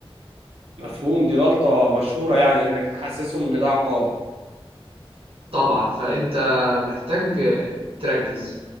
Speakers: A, on the right; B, on the right.
A: مفهوم دي غلطه مشهوره يعني انك تحسسهم ان ده عقاب
B: طبعا فانت محتاج تركز